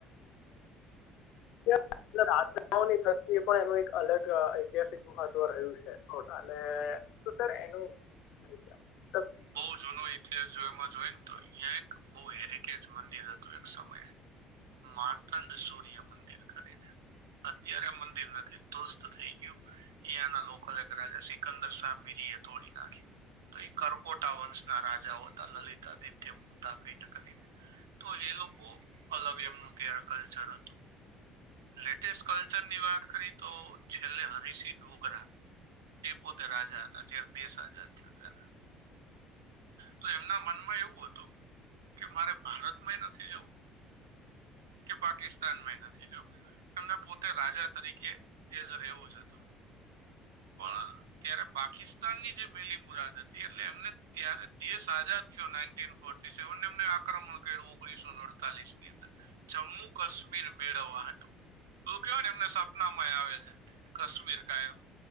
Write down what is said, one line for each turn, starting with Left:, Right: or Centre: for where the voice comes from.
Left: <inaudible> રાજની દષ્ટ પણ એનું એક અલગ ઐતિહાસિક મહત્વ રહ્યું છે અને. શું સર એનું. તો
Right: બહ જૂનો ઇતિહાસ જો એમાં જોય ને તો અહં એક બહ હેરિટેજ મંદિર હતું એક સમયે. માર્તંડ સૂર્ય મંદિર કરીને. અત્યારે મંદિર નથી ધ્વસ્ત થઈ ગયું એના લોકો રાજા સિકંદર સા મિરી એ તોોડી નાખ્યો તો એ કરકોટ વંશ ના રાજાઓ હતા લલિતા આદિત્ય મુગ્ધા ક તો એ લોકો અલગ એમનું તાર કલ્ચર હતું. લેટેસ્ટ કલ્ચર ની વાત કરી તો છેલ્લે હરિસિંહ ઢોગરા. તે પોતે રાજા હતા જ્યારે દેશ આઝાદ થયો ત. તો એમના મનમાં એવું હતું કે મારે ભારતમાંય નથી જવું. કે પાકિસ્તાનમાં નથી જો. એમને પોતે રાજા તરીકે એ જ રહેવું જ હતું. પણ ત્યારે પાકિસ્તાનની જે મેલી મુરાદ હતી એટલે એમને. ત્યારે દેશ આઝાદ થયો સ એમ આક્રમણ કર્યું ઓગણીસો અડતાલીસ નીંદ. જમ્મુ કાશ્મીર મેળવવા હતું. બું કવા ને એમને સપના માં આવે છે કાશ્મીર કાયમ.